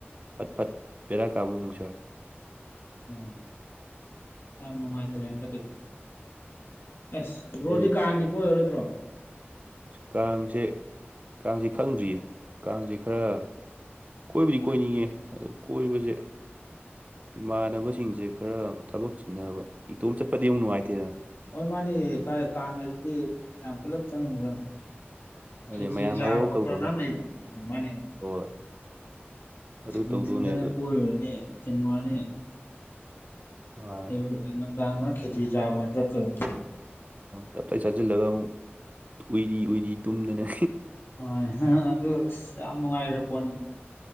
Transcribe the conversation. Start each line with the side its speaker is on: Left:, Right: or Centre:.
Right: ꯄꯠ ꯄꯠ ꯕꯦꯔꯥ ꯀꯥꯕ ꯑꯃꯨꯛꯁꯨ ꯌꯥꯎ
Left: ꯎꯝ ꯌꯥꯝ ꯅꯨꯡꯉꯥꯏꯇ꯭ꯔꯦ ꯍꯟꯗꯛ ꯀꯤꯅꯣ ꯑꯁ ꯕ꯭ꯔꯣꯗꯤ
Right: ꯑꯗꯨ
Left: ꯀꯥꯡꯗꯤ ꯀꯣꯏꯔꯔꯣꯏꯗ꯭ꯔꯣ
Right: ꯀꯥꯡꯁꯦ ꯀꯥꯡꯁꯦ ꯈꯪꯗ꯭ꯔꯤꯌꯦ ꯀꯥꯡꯁꯦ ꯈꯔ ꯀꯣꯏꯕꯨꯗꯤ ꯀꯣꯏꯅꯤꯡꯉꯦ ꯑꯗꯨ ꯀꯣꯏꯕꯁꯦ ꯏꯃꯥꯟꯅꯕꯁꯤꯡꯁꯦ ꯈꯔ ꯊꯕꯛ ꯆꯤꯟꯅꯕ ꯏꯇꯣꯝ ꯆꯠꯄꯗꯤ
Left: ꯑꯥ
Right: ꯌꯥꯝ ꯅꯨꯡꯉꯥꯏꯇꯦꯗꯅ
Left: ꯍꯣꯏ ꯃꯥꯅꯤ ꯀꯥꯡꯍꯥꯏꯁꯤꯗꯤ ꯃꯌꯥꯝ ꯄꯨꯂꯞ ꯆꯃꯤꯟꯅꯗꯧꯅꯤ
Right: ꯑꯗꯨꯅꯦ
Left: ꯈꯦꯠꯆ꯭ꯔꯤ
Right: ꯃꯌꯥꯝ
Left: ꯆꯥꯕ
Right: ꯍꯧꯍꯧ
Left: ꯈꯣꯠꯄ
Right: ꯇꯧꯗꯅ
Left: ꯃꯌꯥꯝ ꯂꯩꯗꯅ ꯃꯥꯅꯦ
Right: ꯍꯣꯏ ꯑꯗꯨ
Left: ꯅꯨꯡꯊꯤꯟꯗꯅ
Right: ꯇꯧꯗꯧꯅꯦ ꯑꯗꯣ
Left: ꯀꯣꯏꯔꯨꯔꯅꯤ ꯆꯤꯡꯉꯨꯔꯅꯤ
Right: ꯑꯥ
Left: ꯑꯗꯨꯒ ꯑꯌꯨ ꯅꯨꯡꯗꯥꯡꯗꯅ ꯈꯦꯠꯆ꯭ꯔꯤ ꯆꯥꯕ ꯍꯥꯏꯅ ꯆꯠꯇꯣꯏꯅꯦ
Right: ꯇꯞꯇꯥꯏ ꯆꯥꯖꯤꯜꯂꯒ ꯑꯃꯨꯛ ꯎꯏꯔꯤ ꯎꯏꯔꯤ ꯇꯨꯝꯗꯅ
Left: ꯍꯣꯏꯅꯦ ꯑꯗꯨ ꯌꯥꯝ ꯅꯨꯡꯉꯥꯏꯈꯔ ꯄꯣꯠꯅꯤ